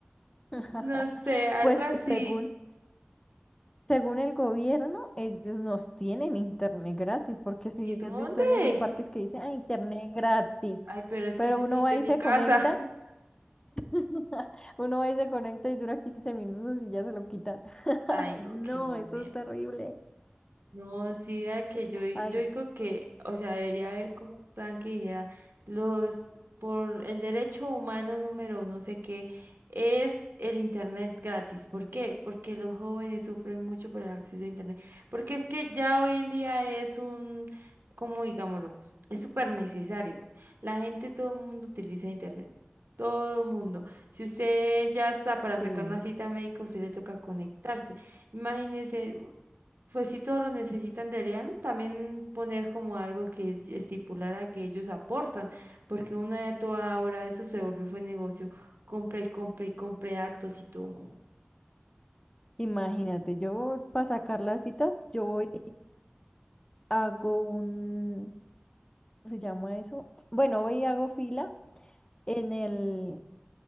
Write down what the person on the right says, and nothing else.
no sé, algo
así.
¿Y dónde?
Ay, pero es
que yo
necesito
en
mi
casa.
<laughs>
Ay,
no,
qué mal.
No, sí, a que yo, di-
yo digo que, o sea, debería haber como un plan que dijera, los, por el derecho humano número no sé qué, es el internet gratis. ¿Por qué? Porque los jóvenes sufren mucho por el acceso a internet. Porque es que ya hoy en día es un, como digámoslo, es súper necesario. La gente, todo el mundo utiliza internet. Todo el mundo. Si usted ya está para sacar
una cita médica, usted le toca conectarse. Imagínese. Pues si todos lo necesitan, deberían también poner como algo que estipulara que ellos aportan, porque una de a toda hora eso se volvió fue negocio, compra y compra y compra datos y todo.
Imagínate,
yo
para sacarla,
yo
hago
eso.
Bueno,
hoy
hago
fija,